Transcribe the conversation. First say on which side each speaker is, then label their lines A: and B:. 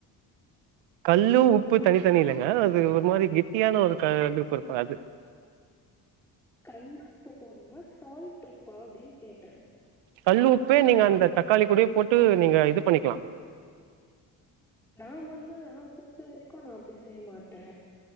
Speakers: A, on the right; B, in the centre.
A: கல்லு உப்பு தனித்தனி இல்லங்க அது ஒரு மாரி கெட்டியான ஒரு கல்லுஉப்பு இருக்கு அது
B: கல்லு உப்பு போடணுமா சால்ட் உப்பா அப்டின் கேட்டே
A: கல்லுஉப்பே நீங்க அந்த தக்காளி கூட போட்டு நீங்க இது பண்ணிக்கலா
B: நா பண்ணா நா செஞ்ச வரைக்கு நா அப்டி செய்ய மாட்டே